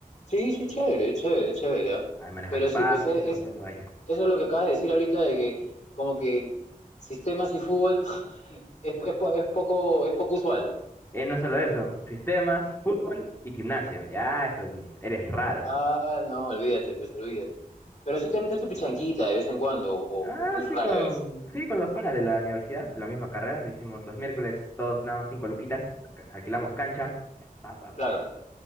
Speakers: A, on the left; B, on the left.
A: Sí, sí, chévere, chévere, chévere. ¿ah?
B: Ahí manejas
A: Pero
B: Python
A: sí, pues es,
B: y toda
A: es-
B: esa vaina.
A: eso es lo que acabas de decir ahorita de que como que sistemas y fútbol <laughs> es, es po- es poco, es poco usual.
B: Eh, no solo eso. Sistemas, fútbol y gimnasia. Ya, eso mm, eres raro.
A: Ah, no, olvídate, pues olvídate. Pero sí te metes tu pichanguita de vez en cuando, o
B: Ah,
A: o muy
B: sí,
A: rara
B: con,
A: vez.
B: sí, con los panas de la universidad, de la misma carrera. Hicimos los miércoles, todos nada más cinco luquitas, alca- alquilamos cancha, ya, pa, pa, pa.
A: Claro.